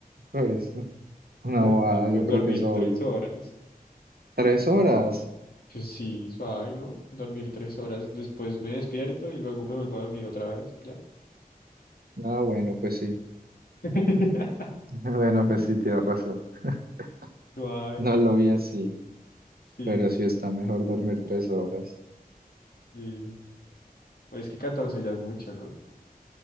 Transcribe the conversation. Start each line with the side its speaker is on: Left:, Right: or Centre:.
Right: Pues <laughs> una
Left: Pero
Right: bobada,
Left: no, pues
Right: yo creo
Left: dormir
Right: que es obvio.
Left: tres horas.
Right: ¿Tres horas?
Left: Yo sí, suave, ¿no? Dormir tres horas, después me despierto y luego me vuelvo a dormir otra vez, ya.
Right: Ah, bueno, pues sí.
Left: <laughs>
Right: <laughs> Bueno, pues sí, tienes razón. <laughs>
Left: Suave,
Right: No lo vi así,
Left: sí,
Right: pero sí está mejor dormir tres horas.
Left: sí. Pues es que 14 ya es mucho, ¿no?